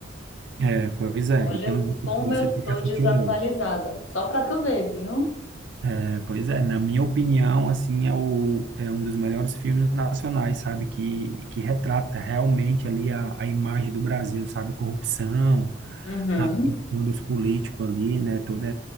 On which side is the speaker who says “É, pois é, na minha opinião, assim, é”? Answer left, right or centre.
Right